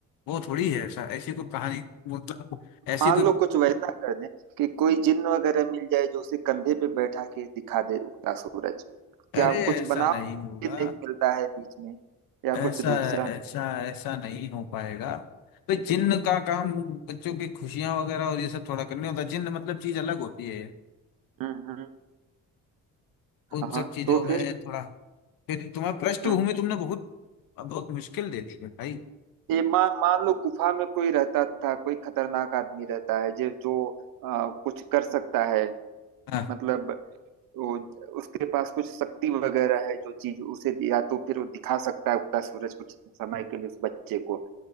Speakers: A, on the left; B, on the right.
A: वो थोड़ी है ऐसा ऐसी कोई कहानी मतलब ऐसी
B: मान
A: कोई
B: लो कुछ वैसा कर दें कि कोई जिन्न वगैरह मिल जाए जो उसे कंधे पे बैठा के दिखा दे उगता सूरज क्या
A: अरे ऐसा
B: कुछ बनाओ
A: नहीं होगा
B: जिन्न एक मिलता है बीच में या
A: ऐसा
B: कुछ दूसरा
A: ऐसा ऐसा नहीं हो पाएगा तो जिन्न
B: हम्म
A: का काम बच्चों की खुशियां वगैरह और ये सब थोड़ा करने होता है जिन्न मतलब चीज अलग होती है
B: हम्म
A: उन
B: हाँ हाँ
A: सब चीजों
B: तो
A: में
B: फिर
A: थोड़ा फिर तुम्हें पृष्ठभूमि
B: हम्म
A: तुमने बहुत बहुत मुश्किल दे दी है भाई
B: ये मान मान लो गुफा में कोई रहता था कोई खतरनाक आदमी रहता है जो जो आ, कुछ कर सकता है
A: हाँ
B: मतलब वो उसके पास कुछ शक्ति वगैरह है जो चीज उसे या तो फिर वो दिखा सकता है उगता सूरज कुछ समय के लिए उस बच्चे को